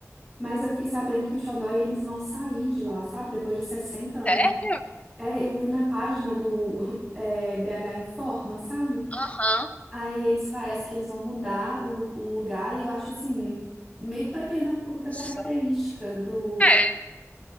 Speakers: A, in the centre; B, on the left.
A: Mas eu fiquei sabendo que o Xodó eles vão sair de lá, sabe? Depois de 60 anos.
B: Sério?
A: É, eu vi na página do <laughs> é, BH Informa, sabe?
B: Aham.
A: Aí eles parecem que eles vão mudar o, lu- o lugar e eu acho assim, meio que vai perder um pouco da
B: Só.
A: característica do,
B: É.